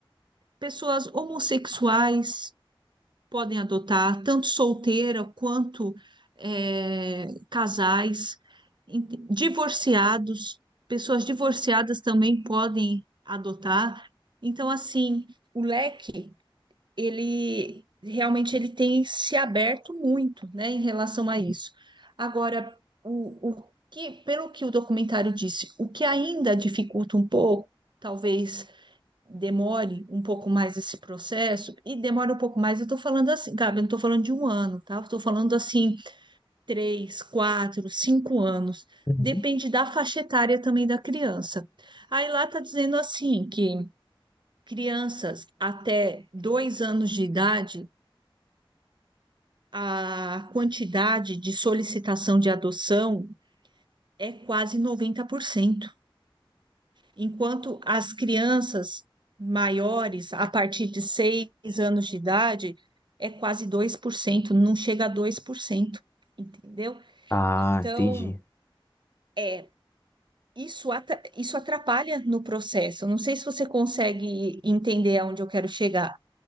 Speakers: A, on the right (about 55°); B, on the left (about 25°).
A: pessoas homossexuais podem adotar, tanto solteira quanto é, casais, divorciados, pessoas divorciadas também podem adotar. Então, assim, o leque, ele realmente ele tem se aberto muito, né, em relação a isso. Agora, o, o que, pelo que o documentário disse, o que ainda dificulta um pouco, talvez demore um pouco mais esse processo, e demore um pouco mais, eu estou falando assim, Gabi, eu não estou falando de um ano, tá? Eu estou falando assim, três, quatro, cinco anos.
B: uhum.
A: Depende da faixa etária também da criança. Aí lá está dizendo assim que crianças até dois anos de idade, a quantidade de solicitação de adoção é quase noventa por cento. enquanto as crianças maiores, a partir de seis anos de idade, é quase 2%, não chega a 2%, entendeu?
B: Ah,
A: Então,
B: entendi.
A: é, isso, atra- isso atrapalha no processo. Não sei se você consegue entender aonde eu quero chegar.